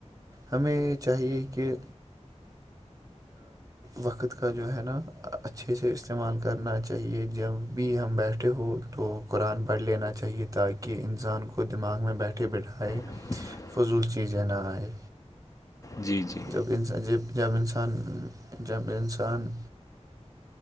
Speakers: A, on the right; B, on the left.
A: ہمیں یہ چاہیے کہ وقت کا جو ہے نا اچھے سے استعمال کرنا چاہیے جب بھی ہم بیٹھے ہو تو قرآن پڑھ لینا چاہیے تاکہ انسان کو دماغ میں بیٹھے بیٹھائے
B: <unintelligible>
A: فضول چیزیں نہ آئے
B: جی جی
A: جب انسان جب جب انسان جب انسان